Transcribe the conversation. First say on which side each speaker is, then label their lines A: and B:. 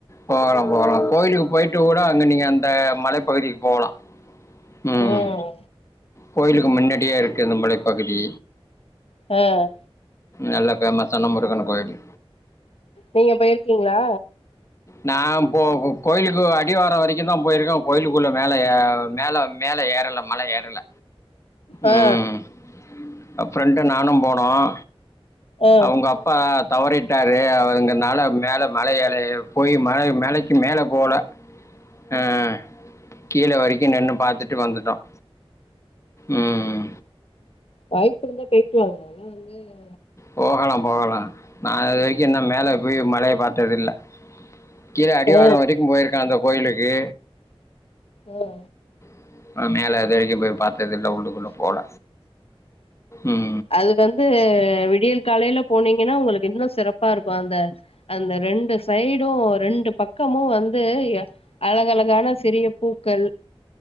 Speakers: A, on the left; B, on the left.
A: போகலா போகலா கோயிலுக்கு போயிட்டு விட்டு கூட அங்க நீங்க அந்த மலைப்பகுதிக்கு போகலா உஹம்
B: ம்
A: கோயிலுக்கு முன்னாடியே இருக்கு இந்த மலை பகுதி
B: ஆஹ்
A: நல்ல பேமஸ்ஸானாமுருகன் கோயில்
B: நீங்க போய்ர்க்கீங்களா
A: நா போக கோயிலுக்கு அடிவாரம் வரைக்கு தான் போயிருக்கோம் கோயிலுக்குள்ள மேல ஏ மேல மேல ஏ இல்ல மழ ஏறல
B: ஆ
A: ம் அ ஃப்ரெண்டு நானும் போனோம்
B: ஆ
A: அவங்க அப்பா தவறிட்டாரு அவங்கனால மேல மலையல போய் மலை மலைக்கு மேல போல அ <inaudible> கீழ வரைக்கு நின்னு பாத்துட்டு வந்துட்டோம் ம்
B: வாய்ப்பு இருந்தா போயிட்டு வாங்க அதெல்லாம் <inaudible>
A: போகலாம் போகலாம் நான் அதுவரைக்கும் என மேல பேய் மழய பாத்ததில்ல கீழ அடிவாரம்
B: ஆ
A: வரைக்கும் போயிருக்கான் அந்த கோயிலுக்கு
B: உஹ
A: <inaudible> மேல அதுவரைக்கும் போய் பாத் நேத்து டவுன் குள்ள போல ம்
B: அது வந்து விடியல் காலையில போனீங்கன்னா உங்களுக்கு இன்னும் சிறப்பா இருக்கும் அந்த அந்த ரெண்டு சைடும் ரெண்டு பக்கமும் வந்து அழகழகான சிறிய பூக்கள்